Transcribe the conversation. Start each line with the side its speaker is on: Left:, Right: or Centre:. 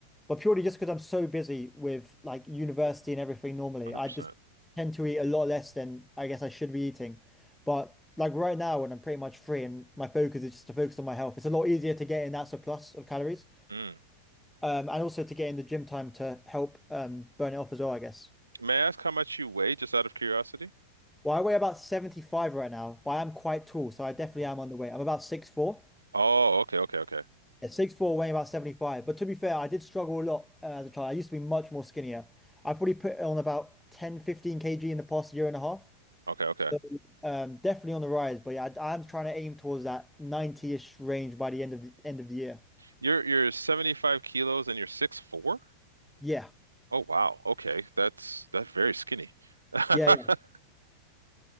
Centre: But purely just because I'm so busy with like university and everything normally,
Right: 100%.
Centre: I just tend to eat a lot less than I guess I should be eating. But like right now, when I'm pretty much free and my focus is just to focus on my health, it's a lot easier to get in that surplus of calories,
Right: Mm.
Centre: um, and also to get in the gym time to help um, burn it off as well, I guess.
Right: May I ask how much you weigh, just out of curiosity?
Centre: Well, I weigh about 75 right now, but I am quite tall, so I definitely am underweight. I'm about six four.
Right: Oh, okay, okay, okay.
Centre: Yeah, six four, weighing about 75. But to be fair, I did struggle a lot uh, as a child. I used to be much more skinnier. I probably put on about ten, fifteen 15 kg in the past year and a half.
Right: Okay, okay.
Centre: So um, definitely on the rise. But yeah, I, I'm trying to aim towards that 90-ish range by the end of the end of the year.
Right: You're you're 75 kilos and you're six four?
Centre: Yeah.
Right: Oh, wow. Okay. That's that's very skinny.
Centre: Yeah.
Right: <laughs>